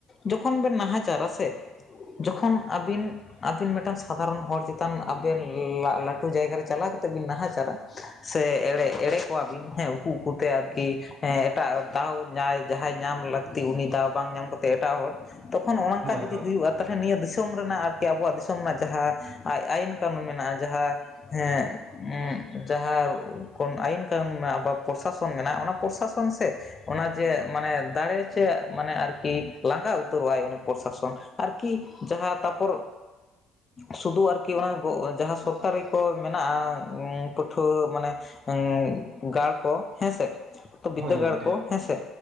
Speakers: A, on the left (about 30°); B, on the right (about 50°).
A: ᱡᱚᱠᱷᱚᱱ ᱵᱮᱱ ᱱᱟᱦᱟᱪᱟᱨ-ᱟ ᱥᱮ ᱡᱚᱠᱷᱚᱱ ᱟᱵᱤᱱ ᱟᱹᱵᱤᱱ ᱢᱤᱫᱴᱟᱝ ᱥᱟᱫᱷᱟᱨᱚᱱ ᱦᱚᱲ ᱪᱮᱛᱟᱱ ᱟᱵᱮᱱ ᱞᱟᱜ ᱞᱟᱹᱴᱩ ᱡᱟᱭᱜᱟ ᱨᱮ ᱪᱟᱞᱟᱣ ᱠᱟᱛᱮ ᱵᱤᱱ ᱱᱟᱦᱟᱪᱟᱨᱟ? ᱥᱮ ᱮᱲᱮ ᱮᱲᱮ ᱠᱚᱣᱟᱵᱤᱱ ᱦᱮᱸ ᱩᱠᱩ ᱩᱠᱩᱛᱮ ᱟᱨᱠᱤ᱾ ᱦᱮᱸ ᱮᱴᱟᱜ ᱫᱟᱣ ᱧᱟᱭ ᱡᱟᱦᱟᱸᱭ ᱧᱟᱢ ᱞᱟᱹᱠᱼᱼ ᱛᱤ ᱩᱱᱤ ᱫᱟᱣ ᱵᱟᱝ ᱧᱟᱢ ᱠᱟᱛᱮ ᱮᱴᱟᱜ ᱦᱚᱲ, ᱛᱚᱠᱷᱚᱱ ᱚᱱ ᱚᱝᱠᱟ
B: ᱦᱳᱭ
A: ᱡᱩᱫᱤ
B: ᱦᱳᱭ
A: ᱦᱩᱭᱩᱜ-ᱟ, ᱼᱼ ᱛᱟᱦᱞᱮ ᱱᱤᱭᱟᱹ ᱫᱤᱥᱚᱢ ᱨᱮᱱᱟᱜ ᱟᱨ ᱠᱤ ᱟᱵᱚᱣᱟᱜ ᱫᱤᱥᱚᱢ ᱨᱮᱱᱟᱜ ᱡᱟᱦᱟᱸ ᱟᱭ ᱟᱭᱤᱱ ᱠᱟᱹᱱᱩᱱ ᱢᱮᱱᱟᱜᱼᱟ᱾ ᱡᱟᱦᱟᱸ ᱦᱮᱸ ᱩᱸ ᱡᱟᱦᱟᱸ ᱠᱚᱢ ᱟᱹᱭᱤᱱ ᱠᱟᱹᱱᱩᱱ ᱢᱮᱱᱟᱜ-ᱟ, ᱵᱟ ᱯᱨᱚᱥᱟᱥᱚᱱ ᱢᱮᱱᱟᱜ-ᱟ, ᱚᱱᱟ ᱯᱨᱚᱥᱟᱥᱚᱱ ᱥᱮᱼᱼ ᱚᱱᱟ ᱪᱮᱜ, ᱢᱟᱱᱮ ᱫᱟᱲᱮ ᱪᱮᱜ ᱢᱟᱱᱮ ᱟᱨᱠᱤ ᱞᱟᱸᱜᱟ ᱩᱛᱟᱹᱨᱚᱜ-ᱟᱭ ᱩᱱᱤ ᱯᱨᱚᱥᱟᱥᱚᱱ᱾ ᱟᱨᱠᱤ, ᱡᱟᱦᱟᱸ ᱛᱟᱨᱯᱚᱨ ᱥᱩᱫᱩ ᱟᱨᱠᱤ ᱚᱱᱟ ᱡᱟᱦᱟᱸ ᱥᱚᱨᱠᱟᱨᱤ ᱠᱚ ᱾ ᱢᱮᱱᱟᱜ-ᱟ ᱚᱸ ᱯᱟᱹᱴᱷᱩᱣᱟᱹ ᱢᱟᱱᱮ ᱮᱩᱸ ᱜᱟᱲ ᱠᱚ, ᱦᱮᱸᱥᱮ? ᱛᱚ ᱵᱤᱫᱽᱫᱟᱹᱜᱟᱲ
B: ᱦᱳᱭ ᱜᱚᱝᱠᱮ
A: ᱠᱚ ᱦᱮᱸᱥᱮ